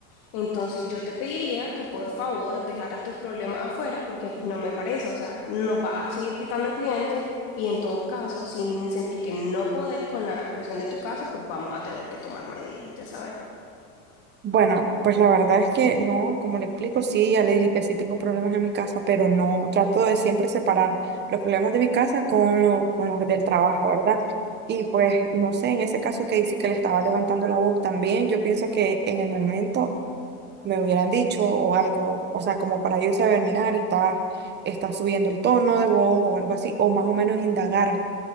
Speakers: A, on the left; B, on the right.
A: Entonces yo te pediría que por favor dejaras tus problemas afuera porque pues no me parece, o sea, nos va a seguir quitando clientes y en todo caso, si n- sentís que no podés con la presión de tu casa, pues vamos a tener que tomar medidas, ya sabes.
B: Bueno, pues la verdad es que no, como le explico, sí, ya le dije que sí tengo problemas en mi casa, pero no, trato de siempre separar los problemas de mi casa con, lo, con los del trabajo, ¿verdad? Y pues, no sé, en ese caso que dice que le estaba levantando la voz también, yo pienso que en el momento me hubieran dicho o algo, o sea, como para yo saber, mirar, está, está subiendo el tono de voz o algo así, o más o menos indagar